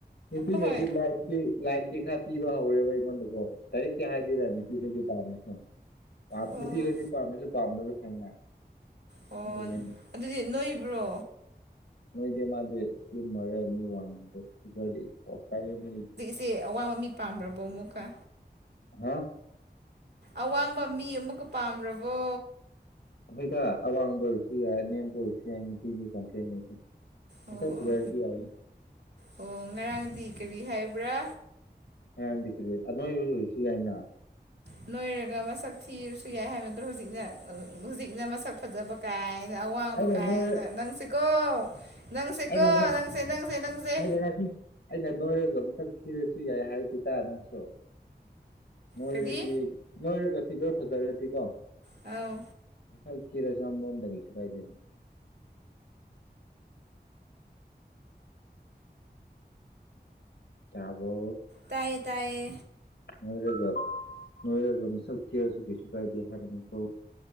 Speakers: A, on the left; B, on the right.
A: ꯅꯨꯄꯤꯅꯗꯤ
B: ꯍꯣꯏ
A: ꯂꯥꯏꯗꯤ ꯂꯥꯏꯟꯗꯤ ꯈꯔ ꯄꯤꯕ ꯍꯧꯔꯦꯕ ꯑꯩꯉꯣꯟꯗꯀꯣ ꯗꯥꯏꯔꯦꯛ ꯇꯤ ꯍꯥꯏꯗꯦꯗ ꯅꯨꯄꯤꯗꯗꯤ ꯄꯥꯝꯃꯦꯀꯣ ꯄꯝꯃꯗꯤꯍꯣꯏꯗꯤ
B: ꯑꯣ
A: ꯄꯥꯝꯃꯥꯁꯨ ꯄꯥꯝꯗꯕ ꯁꯥꯏꯅ
B: ꯑꯣ
A: ꯑꯗꯨꯅꯦ
B: ꯑꯗꯨꯗꯤ ꯅꯣꯏꯕ꯭ꯔꯣ
A: ꯑꯦ ꯃꯥꯗꯤ ꯏꯁꯂꯤꯝ ꯑꯣꯏꯔ ꯃꯤ ꯋꯥꯡꯗꯦ ꯐꯤꯒꯔꯗꯤ ꯄꯣꯁ ꯇꯥꯏꯌꯦ <unintelligible>
B: ꯇꯤ ꯑꯋꯥꯡꯕ ꯃꯤ ꯄꯥꯝꯕꯔꯥꯕꯣ ꯑꯃꯨꯛꯀꯥ
A: ꯍꯥ
B: ꯑꯋꯥꯡꯕ ꯃꯤ ꯑꯃꯨꯛꯀꯥ ꯄꯥꯝꯔꯕꯣ
A: ꯑꯩꯈꯣꯏꯗ ꯑꯋꯥꯡꯕ ꯑꯣꯏꯔꯁꯨ ꯌꯥꯏ ꯑꯅꯦꯝꯕ ꯑꯣꯏꯔꯁꯨ ꯌꯥꯏ ꯅꯨꯄꯤꯗꯤ ꯀꯝꯄ꯭ꯂꯦꯟ ꯂꯩꯇꯦ ꯃꯁꯛ
B: ꯑꯣ
A: ꯐꯖꯔꯗꯤ ꯌꯥꯔꯦ
B: ꯑꯣ ꯉꯔꯥꯡꯗꯤ ꯀꯔꯤ ꯍꯥꯏꯕ꯭ꯔꯥ
A: ꯉꯥꯔꯥꯡꯗꯤ ꯀꯔꯤ ꯑꯅꯣꯏꯕ ꯑꯣꯏꯁꯨ ꯌꯥꯏꯅ
B: ꯅꯣꯏꯔꯒ ꯃꯁꯛ ꯊꯤꯔꯁꯨ ꯌꯥꯏ ꯍꯥꯏꯅꯗ꯭ꯔꯣ ꯍꯧꯖꯤꯛꯅ ꯍꯧꯖꯤꯛꯅ ꯃꯁꯛ ꯐꯖꯕ ꯀꯥꯏꯅ ꯑꯋꯥꯡꯕ
A: ꯑꯩꯅ
B: ꯀꯥꯏꯅ
A: ꯅꯣꯏ
B: ꯅꯪꯁꯤꯀꯣ ꯅꯪꯁꯦꯀꯣ
A: ꯑꯩꯅ ꯅꯣꯏ
B: ꯅꯪꯁꯦ ꯅꯪꯁꯦ ꯅꯪꯁꯦ
A: <unintelligible> ꯑꯩꯅ ꯅꯣꯏꯔꯒ ꯃꯁꯛ ꯊꯤꯔꯁꯨ ꯌꯥꯏ ꯍꯥꯏꯗꯦꯇ ꯅꯪꯁꯨ ꯅꯣꯏꯔꯗꯤ
B: ꯀꯔꯤ
A: ꯅꯣꯏꯔꯒ ꯐꯤꯒꯔ ꯐꯖꯔꯗꯤꯀꯣ
B: ꯑꯥꯎ
A: ꯃꯁꯛ ꯊꯤꯔꯁꯨ ꯑꯃꯔꯣꯝꯗꯗꯤ ꯀꯩꯁꯨ ꯀꯥꯏꯗꯦꯅꯦ ꯇꯥꯕꯣ
B: ꯇꯥꯏꯌꯦ ꯇꯥꯏꯌꯦ
A: ꯅꯣꯏꯔꯒ ꯅꯣꯏꯔꯒ ꯃꯁꯛ ꯊꯤꯔꯁꯨ ꯀꯩꯁꯨ ꯀꯥꯏꯗꯦ ꯍꯥꯏꯕꯅꯤꯀꯣ